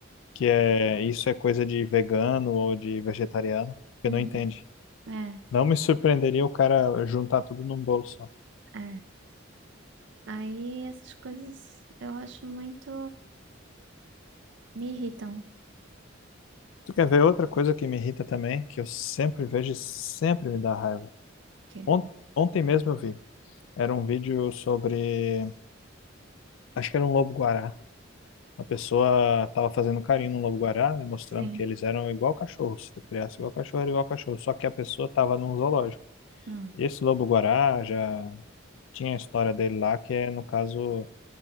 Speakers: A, on the left (about 70°); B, on the right (about 65°).
A: que é isso é coisa de vegano ou de vegetariano, que
B: Uhum.
A: não entende.
B: É,
A: Não me surpreenderia o cara juntar tudo num bolo só.
B: é. Aí essas coisas eu acho muito. Me irritam. O
A: Tu quer ver outra coisa que me irrita também, que eu sempre vejo e sempre me dá raiva?
B: quê?
A: Ont- Ontem mesmo eu vi. Era um vídeo sobre. Acho que era um lobo-guará. A pessoa estava fazendo carinho no lobo-guará, né, mostrando
B: Sim.
A: que eles eram igual cachorro. Se tu criasse igual cachorro, era igual cachorro. Só que a pessoa estava num zoológico.
B: Hum,
A: E esse lobo-guará já tinha a história dele lá, que é, no caso.